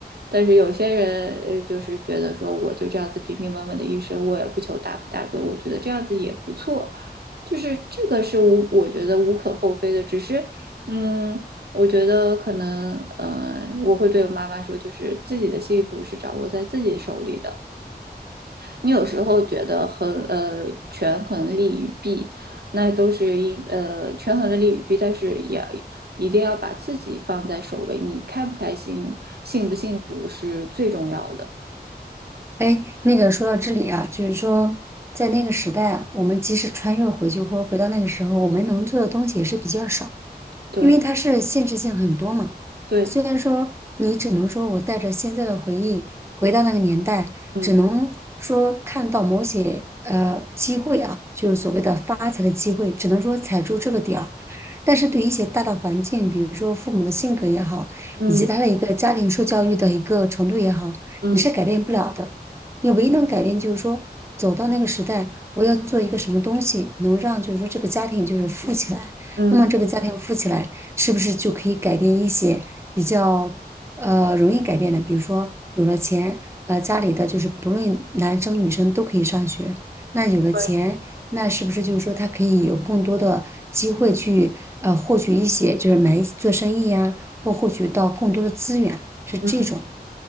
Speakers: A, on the right; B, on the right.
A: 但是有些人呃，就是觉得说我就这样子平平稳稳的一生，我也不求大富大贵，我觉得这样子也不错。就是这个是无，我觉得无可厚非的，只是嗯。我觉得可能，嗯、呃，我会对我妈妈说，就是自己的幸福是掌握在自己手里的，你有时候觉得衡呃权衡利与弊，那都是因呃权衡了利与弊，但是也一定要把自己放在首位。你开不开心、幸不幸福是最重要的。
B: 哎，那个说到这里啊，就是说，在那个时代啊我们即使穿越回去或者回到那个时候，我们能做的东西也是比较少。
A: 对
B: 因为它是现实性很多嘛。
A: 对，
B: 虽然说你只能说我带着现在的回忆回到那个年代，
A: 嗯
B: 只能说看到某些呃机会啊，就是所谓的发财的机会，只能说踩住这个点儿。但是对于一些大的环境，比如说父母的性格也好，
A: 嗯
B: 以及他的一个家庭受教育的一个程度也好，
A: 嗯
B: 你是改变不了的。你唯一能改变就是说，走到那个时代，我要做一个什么东西，能让就是说这个家庭就是富起来。
A: 嗯，
B: 那么这个家庭富起来，是不是就可以改变一些比较呃容易改变的？比如说有了钱，呃，家里的就是不论男生女生都可以上学。那有了钱，
A: 对，
B: 那是不是就是说他可以有更多的机会去呃获取一些，就是买一做生意呀、或获取到更多的资源，是这种。
A: 嗯